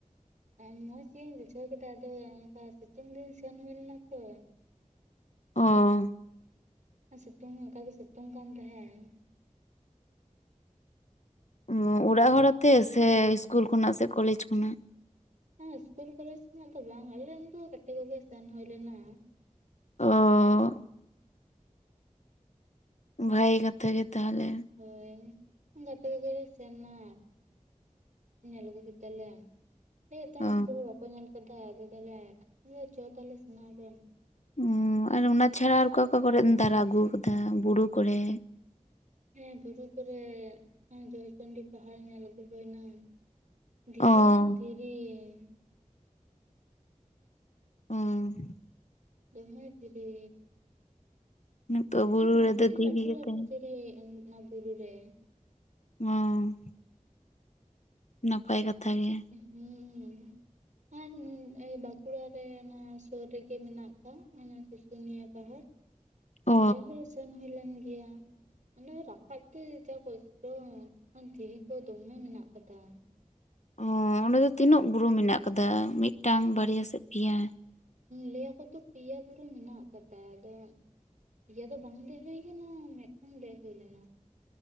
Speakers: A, on the right; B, on the left.
A: ᱦᱮᱸ, ᱢᱚᱸᱪ ᱜᱤᱧ ᱵᱩᱡᱷᱟᱹᱣ ᱠᱮᱫᱟ, ᱟᱫᱚ ᱚᱱᱠᱟ ᱥᱤᱛᱩᱝ ᱫᱤᱱ ᱥᱮᱱ ᱦᱩᱭ ᱞᱮᱱᱟ ᱛᱚ
B: ᱚ,
A: ᱥᱤᱛᱩᱝ ᱚᱱᱠᱟ ᱜᱮ, ᱥᱤᱛᱩᱝ ᱠᱟᱱ ᱛᱟᱦᱮᱸᱱ᱾
B: ᱚ, ᱚᱲᱟᱜ ᱦᱚᱲᱟᱛᱮ ᱥᱮ, ᱤᱥᱠᱩᱞ ᱠᱷᱚᱱᱟᱜ ᱥᱮ ᱠᱚᱞᱮᱮᱡ ᱠᱷᱚᱱᱟᱜ
A: ᱦᱮᱸ ᱤᱥᱠᱩᱞ ᱠᱚᱞᱮᱡᱽ ᱠᱷᱱᱟᱜ ᱫᱚ ᱵᱟᱝ, ᱟᱞᱮᱱ ᱩᱱᱠᱩ ᱜᱟᱛᱮ ᱠᱚᱜᱮ ᱥᱮᱱ ᱦᱳᱭ ᱞᱮᱱᱟ᱾
B: ᱚᱻ, ᱵᱷᱟᱜᱮ ᱠᱟᱛᱷᱟ ᱜᱮ ᱛᱟᱦᱚᱞᱮ᱾
A: ᱦᱳᱭ, ᱜᱟᱛᱮ ᱠᱚᱜᱮ ᱞᱮ ᱥᱮᱱ ᱱᱟ, ᱧᱮᱞ ᱟᱹᱜᱩ ᱠᱮᱫᱟᱞᱮ᱾ ᱞᱟᱹᱭᱮᱫ ᱛᱟᱦᱮᱸᱜ
B: ᱚ
A: ᱩᱱᱠᱩ ᱦᱚᱸ ᱵᱟᱠᱚ ᱧᱮᱞ ᱠᱟᱫᱟ, ᱟᱫᱚ ᱛᱟᱦᱚᱞᱮ ᱟ ᱪᱚ ᱛᱟᱦᱞᱮ ᱥᱮᱱᱜ ᱟᱵᱚᱱ᱾
B: ᱩᱸ, ᱟᱨ ᱚᱱᱟ ᱪᱷᱟᱲᱟ, ᱟᱨ ᱚᱠᱟ, ᱚᱠᱟ ᱠᱚᱨᱮᱢ ᱫᱟᱨᱟ ᱟᱹᱜᱩ ᱠᱟᱫᱟ ᱵᱩᱨᱩ ᱠᱚᱨᱮ?
A: ᱦᱮᱸ, ᱵᱩᱨᱩ ᱠᱚᱨᱮ, ᱡᱚᱭᱪᱚᱱᱰᱤ ᱯᱟᱦᱟᱲ ᱧᱮᱞ ᱟᱹᱜᱩ ᱦᱳᱭᱱᱟ᱾ ᱫᱷᱤᱨᱤ
B: ᱚ
A: ᱟᱨ, ᱫᱷᱤᱨᱤ, ᱾
B: ᱩᱸ,
A: ᱫᱚᱢᱮ ᱫᱷᱤᱨᱤ
B: ᱱᱤᱛᱚᱜ
A: ᱟᱹᱰᱤ,
B: ᱵᱩᱨᱩ ᱨᱮᱫᱚ
A: ᱟᱹᱰᱤ
B: ᱫᱷᱤᱨᱤ
A: ᱞᱟᱹᱴᱩ
B: ᱜᱮ
A: ᱞᱟᱹᱴᱩ
B: ᱛᱟᱦᱮᱱ
A: ᱫᱷᱤᱨᱤ, ᱚᱱᱟ ᱵᱩᱨᱩ ᱨᱮ
B: ᱚᱸ, ᱱᱟᱯᱟᱭ ᱠᱟᱛᱷᱟ ᱜᱮ᱾
A: ᱦᱩᱸ, ᱦᱩᱸ, ᱟᱨ, ᱵᱟᱸᱠᱩᱲᱟᱨᱮ ᱚᱱᱟ ᱥᱳᱨ ᱨᱮᱜᱮ, ᱢᱮᱱᱟᱜ ᱠᱟᱜ, ᱚᱱᱟ ᱥᱩᱥᱩᱱᱤᱭᱟ ᱯᱟᱦᱟᱲ᱾
B: ᱚ
A: ᱚᱸᱰᱮ ᱦᱚᱸ, ᱥᱮᱱ ᱦᱳᱭ ᱞᱮᱱ ᱜᱮᱭᱟ᱾ ᱚᱸᱰᱮ ᱨᱟᱠᱟᱵ ᱛᱮ ᱡᱟ ᱠᱚᱥᱴᱚ, ᱫᱷᱤᱨᱤ ᱠᱚ ᱫᱚᱢᱮ ᱢᱮᱱᱟᱜ ᱠᱟᱫᱟ᱾
B: ᱚ, ᱚᱸᱰᱮ ᱫᱚ ᱛᱤᱱᱟᱹᱜ ᱵᱩᱨᱩ ᱢᱮᱱᱟᱜ ᱠᱟᱫᱟ, ᱢᱤᱫᱴᱟᱝ ᱵᱟᱨᱮᱭᱟ ᱥᱮ ᱯᱤᱭᱟ?
A: ᱞᱟᱹᱭ ᱟᱠᱚ ᱛᱚ ᱯᱤᱭᱟ ᱵᱩᱨᱩ ᱢᱮᱱᱟᱜ ᱠᱟᱫᱟ, ᱟᱫᱚ ᱯᱤᱭᱟ ᱫᱚ ᱵᱟᱝ ᱫᱮᱜ ᱦᱩᱭ ᱠᱟᱱᱟ, ᱢᱤᱫᱴᱟᱝ ᱫᱮᱜ ᱦᱳᱭ ᱞᱮᱱᱟ᱾